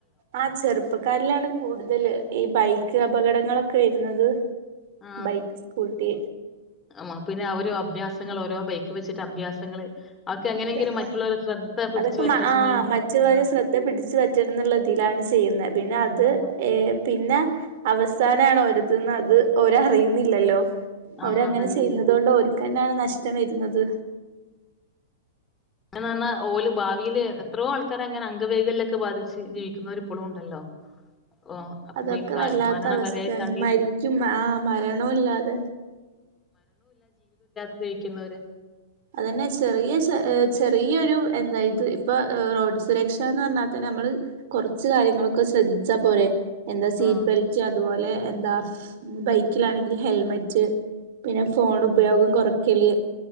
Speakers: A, on the right (about 55°); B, on the left (about 15°).
A: ആ ചെറുപ്പക്കാരിലാണ് കൂടുതല് ഈ ബൈക്ക് അപകടങ്ങളൊക്കെ വരുന്നത്
B: ആ
A: ബൈക്ക് സ്കൂട്ടി
B: അം മ പിന്നെ അവര് അഭ്യാസ് ങ്ങളോരോ ബൈക്ക്‌ വെച്ചിട്ട് അഭ്യാസങ്ങള് അവർക്ക് എങ്ങനെയെങ്കിലും
A: അതന്നെ
B: മറ്റുള്ളവരെ ശ്രദ്ധ പിടിച്ചു
A: അതൊക്കെ
B: പറ്റണം
A: മ ആ
B: എന്നുള്ള
A: മറ്റുള്ളവരെ
B: ആ
A: ശ്രദ്ധ പിടിച്ചു പറ്റണന്നുള്ള ഇതിലാണ് ചെയ്യുന്നത് പിന്നെ അത്
B: ആ
A: ഏ പിന്നെ അവസാനാണ് ഓരിത് ന്ന് അത് ഓരറിയുന്നില്ലല്ലോ
B: ആ
A: അവരങ്ങനെ
B: അതന്നെ
A: ചെയ്യുന്നുന്നത് കൊണ്ട് ഓര് ക്കന്നാണ് നഷ്ടം വരുന്നത്
B: <unintelligible> ഓല് ഭാ വീല് എത്രയോ ആൾക്കരങ്ങനെ അംഗവൈഗല്യോക്കെ ബാധിച്ച് ജീവിക്കുന്നവരിപ്പോളും ഉണ്ടല്ലോ ഓ അപ്പൊ
A: അതൊക്കെ
B: പിന്നെ ക-
A: വല്ലാത്ത
B: മരണം
A: അവസ്ഥയാണ്
B: വരെ കണ്ണീര്
A: മരിക്കും ആ മരണോ ഇല്ലാതെ
B: ഗ്രഹിക്കുന്നവര്
A: അതന്നെ ചെറിയ ശെ ഏ ചെറിയൊരു എന്താ ഇത് ഇപ്പൊ റോഡ് സുരക്ഷ എന്ന് പറഞ്ഞാൽ തന്നെ നമ്മള് കുറച്ച് കാര്യങ്ങളൊക്കെ ശ്രദ്ധിച്ചാ പോരെ എന്താ സീറ്റ്
B: ആ
A: ബെൽറ്റ് അതുപോലെ എന്താ ബൈക്കിലാണെങ്കിൽ ഹെൽമെറ്റ് പിന്നെ ഫോൺ ഉപയോഗം കൊറക്കല്